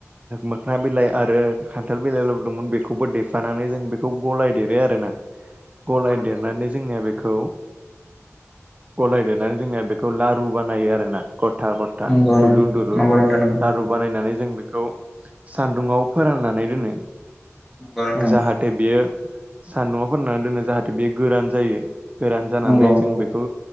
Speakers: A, on the right; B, in the centre.
A: मोखोना बिलाइ आरो खान्थाल बिलाइ लबोदोंमोन बेखौबो देफानानै जों बेखौ गलायदेरो आरोना
B: नंगौ
A: गलाय
B: नंगौ
A: देरनानै
B: नंगौ
A: जोंनिया बे खौ गलायदेरनानै जोंनिना बेखौ लारु बानायो आरोना गथा गथा
B: नंगौ
A: दुलुर दुलुर
B: नंगौ नोंथां नंगौ
A: लारु बानायनानै जों बेखौ सान्दुंआव फोरोंनानै दोनो
B: नंगौ नोंथां
A: जाहाथे बियो सान्दुङाव फोरनानै दोनो जाहाथे बेयो गोरान जायो गोरान जानानै
B: नंगौ
A: जों बेखौ